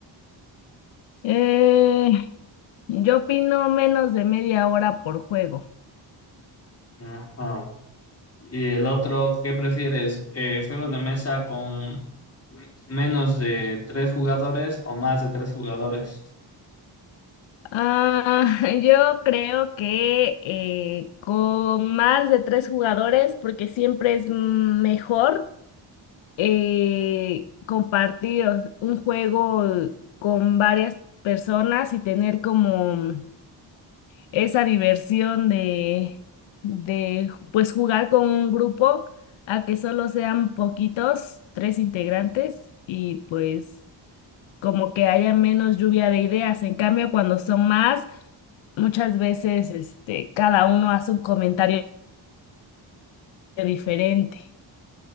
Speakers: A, on the left (about 85°); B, on the left (about 30°).
A: Eh, Yo opino menos de media hora por juego.
B: Ajá. Y el otro, ¿qué prefieres? Eh, ¿juegos de mesa con menos de tres jugadores o más de tres jugadores?
A: Ah, <laughs> yo creo que eh, con más de tres jugadores, porque siempre es mejor eh, compartir o- un juego con varias personas y tener como esa diversión de, de pues jugar con un grupo a que solo sean poquitos, tres integrantes y pues como que haya menos lluvia de ideas. En cambio, cuando son más, muchas veces este, cada uno hace un comentario diferente.